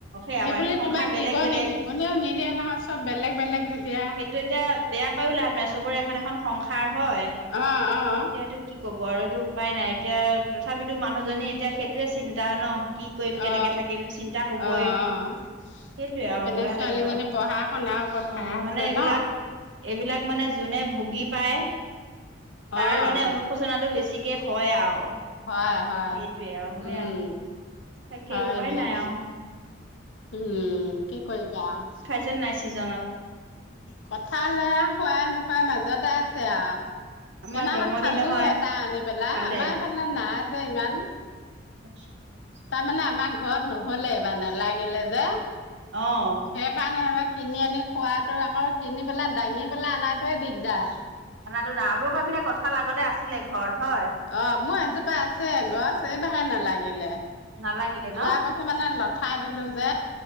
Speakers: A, on the right; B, on the left.
A: সেই
B: সেইবুলি
A: আমাৰ এতিয়া সংসাৰ
B: তোমাক
A: বেলেগ
B: দিব
A: বেলেগ
B: নেকি? কোনেও নিদিয়ে নহয় চব বেলেগ, বেলেগ যেতিয়া।
A: টো এতিয়া বেয়া পায়ও লাভ নাই চবৰে এখন, এখন সংসাৰ হয়।
B: অ'অ'অ'
A: এতিয়া সেইটো কি ক'ব আৰু এইটো উপায় নাই এতিয়া তথাপিতো মানুহজনী এতিয়া সেইটোয়ে চিন্তা ন'। কি কৰিম কেনেকে
B: অ'
A: থাকিম চিন্তা হ'বয়ে।
B: অ' অ'
A: সেইটোৱে
B: ইপিনে
A: আৰু বেয়া
B: ছোৱালীজনী
A: লাগে আৰু
B: পঢ়া শুনাও কথা
A: অ'
B: আছে
A: মানে এইবিলাক
B: ন
A: এইবিলাক মানে যোনে ভুগি পায় তাৰ
B: অ'
A: মানে অনু সুচনা টো বেছিকে হয় আও।
B: হয়, হয়
A: সেইটোয়ে আও
B: উম,
A: সেয়াই তাকে
B: হয়
A: উপায়
B: দিয়া।
A: নাই আও
B: উম, কি কৰিবি আওঁ
A: তে নাই ছিজনত।
B: কঁঠাল এয়া খোৱা -নোখোৱা মাজতে আছে আওঁ।
A: আমাৰ
B: সেইদিনাখন
A: জমনি
B: খালোঁ
A: নহয়
B: এটা আনি পেলাই
A: খালে
B: আমাৰ এইফালে নাই যে ইমান।
A: <inaudible>
B: তাৰমানে আমাৰ ঘৰত নহ'লে এইবাৰ নেলাগিলে যে।
A: অ',
B: <unintelligible> এবাৰ কিনি আনি খোৱাতো আকৌ কিনি পেলাই দাঙি পেলাই অনাটোৱে দিগদাৰ।
A: <unintelligible> সেই পিনে কঁঠাল আগতে আছিলে ঘৰত হই?
B: অ'মোৰ এজোপা আছে গছ এই বাৰ হে নালাগিলে।
A: নালাগিলে
B: যোৱা
A: ন
B: বছৰ মানে লঠাই দিলো যে